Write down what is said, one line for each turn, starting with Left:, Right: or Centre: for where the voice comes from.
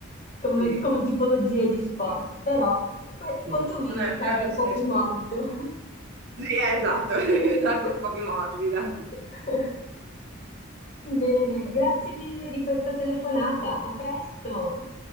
Left: Come,
Right: Sì,
Left: come tipologia di sport,
Right: sì,
Left: però que-
Right: sì.
Left: quantomeno
Right: Non è,
Left: cadi
Right: non è
Left: un
Right: lo stesso,
Left: po' più morbido.
Right: ma... Sì, eh, esatto, <laughs>
Left: <laughs>
Right: l'acqua un po' più morbida.
Left: Bene, grazie mille di questa telefonata. A presto.